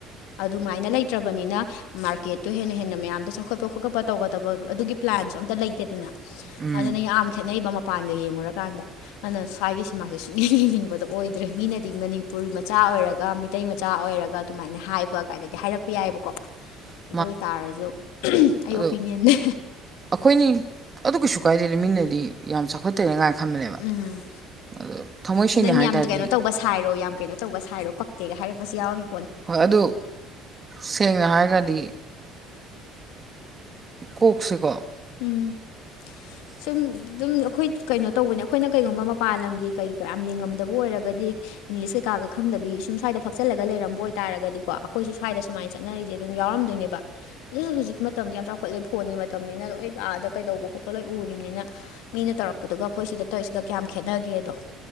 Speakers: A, on the left; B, on the right.
A: ꯑꯗꯨꯃꯥꯏꯅ ꯂꯩꯇ꯭ꯔꯕꯅꯤꯅ ꯃꯥꯔꯀꯦꯠꯇꯣ ꯍꯦꯟꯅ ꯍꯦꯟꯅ ꯃꯌꯥꯝꯗꯣ ꯆꯥꯎꯈꯠꯄ ꯈꯣꯠꯀꯠꯄ ꯇꯧꯒꯗꯕ ꯑꯗꯨꯒꯤ ꯄ꯭ꯂꯥꯟꯁꯨ ꯑꯝꯇ ꯂꯩꯇꯦꯗꯅ
B: ꯎꯝ
A: ꯑꯗꯨꯅ ꯌꯥꯝ ꯈꯦꯠꯅꯩꯕ ꯃꯄꯥꯟꯒ ꯌꯦꯡꯉꯨꯔꯀꯥꯟꯗ ꯑꯗꯨꯅ ꯁ꯭ꯋꯥꯏꯒꯤ ꯁꯤꯃꯥꯁꯦ ꯁꯨꯡꯛꯌꯦꯡ ꯌꯦꯡꯅꯤꯡꯕꯗ ꯑꯣꯏꯗ꯭ꯔꯦ ꯃꯤꯅꯗꯤ ꯃꯅꯤꯄꯨꯔꯤ ꯃꯆꯥ ꯑꯣꯏꯔꯒ ꯏꯇꯩ ꯃꯆꯥ ꯑꯣꯏꯔꯒ ꯑꯗꯨꯃꯥꯏꯅ ꯍꯥꯏꯕ ꯀꯥꯏꯗꯗꯤ ꯍꯥꯏꯔꯛꯄ ꯌꯥꯏꯑꯕꯀꯣ
B: <unintelligible>
A: ꯑꯗꯨ ꯑꯣꯏꯇꯥꯔꯁꯨ ꯑꯩ
B: ꯑꯗꯣ
A: ꯑꯣꯄꯤꯅꯤꯌꯟꯅꯦ
B: ꯑꯩꯈꯣꯏꯅꯤ ꯑꯗꯨ ꯀꯩꯁꯨ ꯀꯥꯏꯗꯦ ꯂꯩꯃꯤꯡꯅꯗꯤ ꯌꯥꯝ ꯆꯥꯎꯈꯠꯇꯔꯤꯦ ꯀꯥꯏꯅ ꯈꯟꯕꯅꯦꯕ
A: ꯎꯝ
B: ꯑꯗꯣ ꯊꯃꯣꯏ
A: ꯁꯤ
B: ꯁꯦꯡꯅ
A: ꯅꯪ
B: ꯍꯥꯏ
A: ꯌꯥꯝ
B: ꯇꯥꯔꯗꯤ
A: ꯀꯩꯅꯣ ꯇꯧꯕ ꯁꯥꯏꯔꯣ ꯌꯥꯝ ꯀꯩꯅꯣ ꯇꯧꯕ ꯁꯥꯏꯔꯣ ꯄꯛꯇꯦꯒ ꯍꯥꯏꯔꯛꯄꯁꯨ ꯌꯥꯎꯏ
B: ꯍꯣꯏ ꯑꯗꯨ ꯁꯦꯡꯅ ꯍꯥꯏꯔꯒꯗꯤ ꯀꯣꯛꯁꯤꯀꯣ
A: ꯎꯝ
B: <unintelligible>
A: ꯁꯨꯝ ꯑꯗꯨꯝ ꯑꯩꯈꯣꯏ ꯀꯩꯅꯣ ꯇꯧꯕꯅꯦ ꯑꯩꯈꯣꯏꯅ ꯀꯩꯒꯨꯝꯕ ꯃꯄꯥꯟ ꯂꯝꯒꯤ ꯀꯩ ꯀ ꯌꯥꯝ ꯌꯦꯡꯉꯝꯗꯕ ꯑꯣꯏꯔꯒꯗꯤ ꯏꯪꯂꯤꯁ ꯀꯩꯀꯥꯒ ꯈꯪꯗꯕꯤ ꯁꯨꯝ꯭ꯏꯗ ꯐꯆꯜꯂꯒ ꯂꯩꯔꯝꯕ ꯑꯣꯏꯇꯥꯔꯒꯗꯤꯣꯈꯣꯏꯁꯨ꯭ꯏꯗ ꯁꯨꯃꯥꯏꯅ ꯆꯠꯅꯔꯤꯁꯦ ꯑꯗꯨꯝ ꯌꯥꯎꯔꯝꯗꯣꯏꯅꯦꯕ ꯑꯗꯨꯁꯨ ꯍꯧꯖꯤꯛ ꯃꯇꯝꯁ ꯌꯥꯝ ꯆꯥꯎꯈꯠꯂꯦ ꯐꯣꯟꯒꯤ ꯃꯇꯝꯅꯤꯅ ꯍꯣꯏ ꯑꯥꯗ ꯀꯩꯗꯧꯕ ꯈꯣꯠꯄ ꯂꯣꯏ ꯎꯔꯤꯕꯅꯤꯅ ꯃꯤꯅ ꯇꯧꯔꯛꯄꯗꯨꯒ ꯑꯩꯈꯣꯏ ꯁꯤꯗ ꯇꯧꯔꯤꯁꯤꯒ ꯀꯌꯥꯝ ꯈꯦꯠꯅꯒꯦꯗꯣ